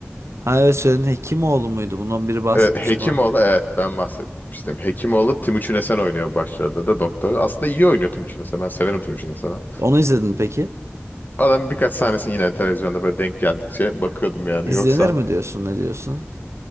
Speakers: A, on the right (about 80°); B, on the left (about 40°).
A: Ha evet söyledin Hekimoğlu muydu? Bundan biri bahsetmişti
B: Ee, Hekimoğlu evet ben bahsetmiştim. Hekimoğlu Timuçin Esen oynuyor başrolde de doktoru. Aslında iyi oynuyor Timuçin Esen. Ben severim Timuçin Esen'i.
A: Onu izledin mi peki?
B: Adam birkaç sahnesini yine televizyonda böyle denk geldikçe bakıyordum yani.
A: İzlenir
B: Yoksa
A: mi diyorsun ne diyorsun?